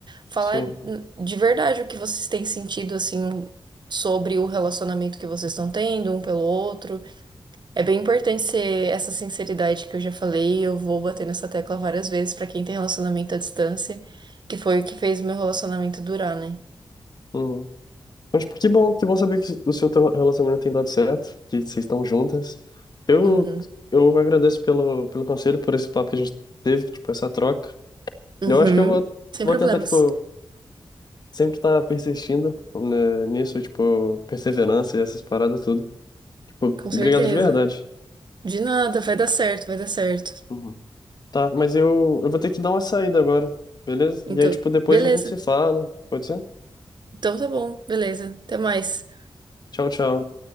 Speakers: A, on the right (about 55°); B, on the left (about 45°).
A: Falar
B: Sim.
A: de verdade o que vocês têm sentido, assim, sobre o relacionamento que vocês estão tendo um pelo outro. É bem importante ser essa sinceridade que eu já falei, eu vou bater nessa tecla várias vezes pra quem tem relacionamento à distância, que foi o que fez meu relacionamento durar, né?
B: Uhum. Mas tipo, que bom, que bom saber que o seu teu relacionamento tem dado certo, que vocês estão juntas. Eu,
A: Uhum.
B: eu agradeço pelo, pelo conselho, por esse papo que a gente teve, tipo, essa troca.
A: Uhum.
B: Eu acho que eu vou,
A: Sem
B: vou
A: problemas.
B: tentar, tipo, sempre estar persistindo, né, nisso, tipo, perseverança e essas paradas tudo. Tipo,
A: Com
B: obrigado
A: certeza.
B: de verdade.
A: De nada, vai dar certo, vai dar certo.
B: Uhum. Tá, mas eu, eu vou ter que dar uma saída agora, beleza?
A: Então,
B: E aí, tipo, depois
A: beleza.
B: a gente se fala, pode ser?
A: Então tá bom, beleza. Até mais.
B: Tchau, tchau.